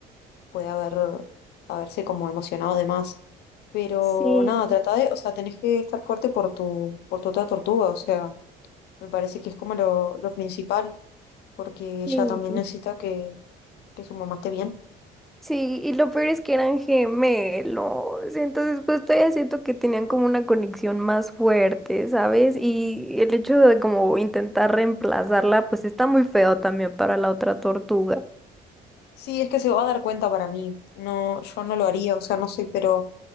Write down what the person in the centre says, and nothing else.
Sí,
sí.
Sí, y lo peor es que eran gemelos, entonces pues todavía siento que tenían como una conexión más fuerte, ¿sabes? Y el hecho de como intentar reemplazarla, pues está muy feo también para la otra tortuga.